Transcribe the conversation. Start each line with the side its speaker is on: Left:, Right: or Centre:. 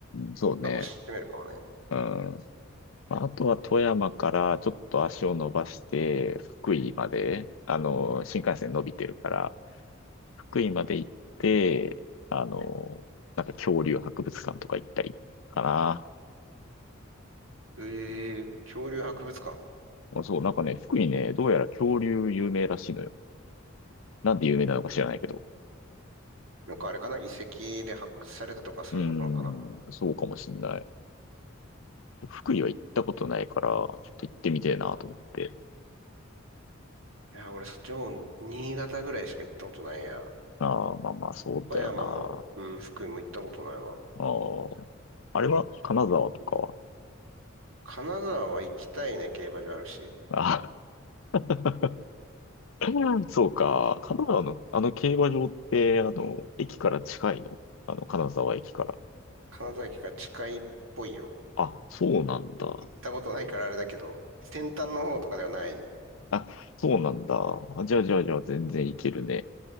Left: ん、そうね。
Right: 楽しめるかもね。
Left: うんまあ、あとは富山からちょっと足を伸ばして、福井まで、あの、新幹線伸びてるから、福井まで行って、あの、なんか恐竜博物館とか行ったりかな。
Right: えー、恐竜博物館。
Left: そう、なんかね、福井ね、どうやら恐竜有名らしいのよ。なんで有名なのか知らないけど。
Right: なんかあれかな遺跡で発掘されたとかそういうことなのかな
Left: うーん、そうかもしんない。福井は行ったことないから、ちょっと行ってみてえなと思って。
Right: いや、俺そっちの方、新潟ぐらいしか行ったことないや。
Left: ああ、まあまあ、そうだよな。
Right: 富山も、うん、福井も行ったことないわ。
Left: ああ、あれは金沢とかは。
Right: 金沢は行きたいね、競馬場あるし。
Left: あ <laughs> <clears throat> そうか。金沢の、あの競馬場って、あの、駅から近いのあの、金沢駅から。
Right: 金沢駅が近いっぽいよ。
Left: あ、そうなんだ。
Right: 行ったことないからあれだけど、先端の方とかではない。
Left: あ、そうなんだ。あ、じゃあじゃあじゃあ全然行けるね。